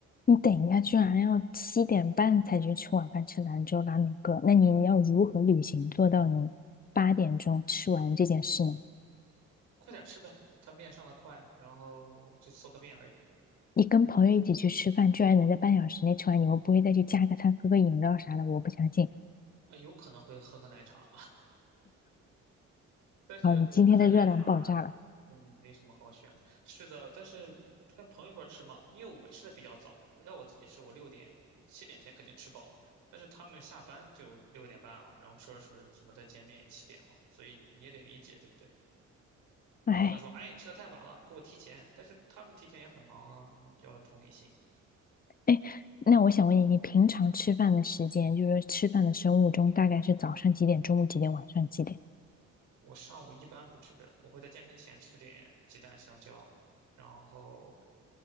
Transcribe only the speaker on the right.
快点吃呗，他面上的快，然后就做个面而已，
那没有
啊，有可能会喝个奶茶，<laughs> 但是我们这儿奶茶就没什么好选的。
是的，但是跟朋友一块儿吃嘛，因为我吃的比较早，我要我自己吃，我六点七点前肯定吃饱了，但是他们下班就六点半了，然后说着说着什么再见面也七点了，所以你也得理解，对不对？
你不能说哎吃的太晚了，给我提前，但是他们提前也很忙啊，你要有同理心。
我上午一般不吃，我会在健身前吃点鸡蛋、香蕉，然后，